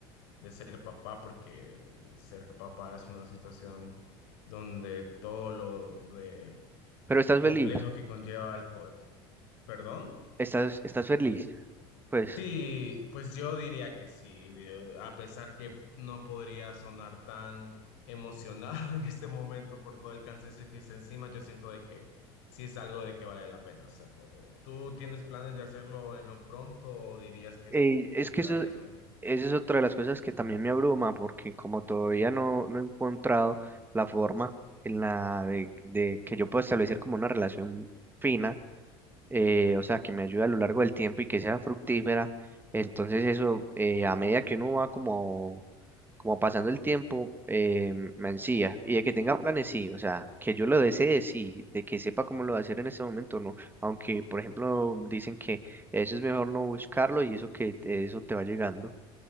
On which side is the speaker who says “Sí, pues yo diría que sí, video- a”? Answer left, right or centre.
Left